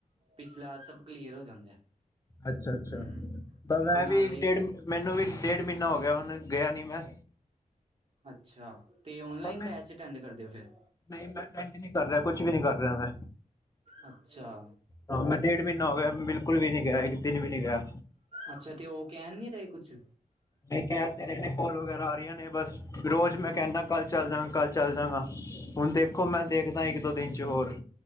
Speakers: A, on the right; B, on the left.
A: ਪਿਛਲਾ ਸਭ ਕਲੀਅਰ ਹੋ ਜਾਂਦਾ।
B: ਅੱਛਾ-ਅੱਛਾ,
A: ਹਮ
B: ਪਰ ਮੈਂ
A: ਤੇ ਨਾਲੇ
B: ਵੀ ਇੱਕ ਡੇਢ ਮੈਨੂੰ ਵੀ ਡੇਢ ਮਹੀਨਾ ਹੋ ਗਿਆ ਹੁਣ ਗਿਆ ਨੀ ਮੈਂ,
A: ਅੱਛਾ, ਤੇ ਔਨਲਾਈਨ
B: ਪਰ ਮੈਂ
A: ਬੈਚ ਅਟੈਂਡ ਕਰ ਦਿਓ ਫਿਰ,
B: ਨਹੀਂ ਮੈਂ ਅਟੈਂਡ ਨੀ ਕਰ ਰਿਹਾ ਕੁਛ ਵੀ ਨੀ ਕਰ ਰਿਹਾ ਮੈਂ।
A: ਅੱਛਾ
B: ਹਾਂ ਮੈਂ ਡੇਢ ਮਹੀਨਾ ਹੋ ਗਿਆ ਬਿਲਕੁਲ ਵੀ ਨੀ ਗਿਆ ਇੱਕ ਦਿਨ ਵੀ ਨੀ ਗਿਆ
A: ਅੱਛਾ ਤੇ ਉਹ ਕਹਿਣ ਨੀ ਰਹੇ ਕੁਛ,
B: ਮੈਂ ਕਹਿ ਰਹੇ ਨੇ ਕਾੱਲ ਵਗੈਰਾ ਆ ਰਹੀਆ ਨੇ ਬਸ। ਰੋਜ਼ ਮੈਂ ਕਹਿੰਦਾ ਕੱਲ ਚੱਲਦਾ, ਕੱਲ ਚੱਲਦਾ। ਹੁਣ ਦੇਖੋ ਮੈਂ ਦੇਖਦਾ ਇੱਕ ਦੋ ਦਿਨ ਚ ਹੋਰ,